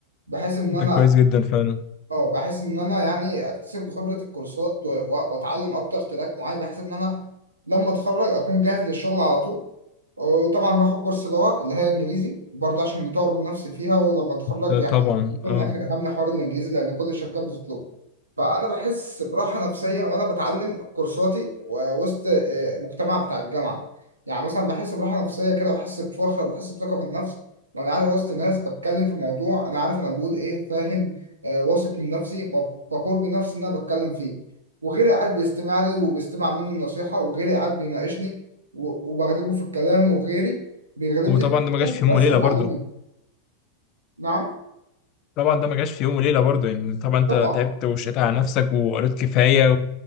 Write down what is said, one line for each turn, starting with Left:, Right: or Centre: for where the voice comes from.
Right: بحيث ان انا
Left: ده كويس جدا فعلا
Right: اه بحيث ان انا يعني اكتسب خبره الكورسات و- و- واتعلم اكتر تراك معين بحيث ان انا لما اتخرج اكون جاهز للشغل على طول وطبعا باخد كورس لغة اللي هي انجليزي برضه عشان نطور من نفسي فيها ولما اتخرج
Left: ده
Right: يعني
Left: طبعا
Right: يكون
Left: اه
Right: اخر همنا حوار الانجليزي لان كل الشركات بتطلبه فانا بحس براحة نفسية وانا بتعلم كورساتي ووسط آه، المجتمع بتاع الجامعة يعني مثلا بحس براحة نفسية كده بحس بفخر بحس بثقة في النفس وانا قاعد وسط ناس بتكلم في موضوع انا عارف انا بقول ايه فاهم آه، واثق من نفسي فخور بنفسي ان انا بتكلم فيه وغيري قاعد بيستمع لي وبيستمع مني النصيحة وغيري قاعد بيناقشني و- وبغلبه في الكلام وغيري بيغلبني
Left: وطبعا
Right: في
Left: ده
Right: الكلام
Left: ما جاش في يوم
Right: بس
Left: وليلة
Right: بتعلم
Left: برضه
Right: منه نعم
Left: طبعا ده ما جاش في يوم وليله برضه يعني طبعا انت
Right: طبعا
Left: تعبت وشقيت على نفسك وقريت كفايه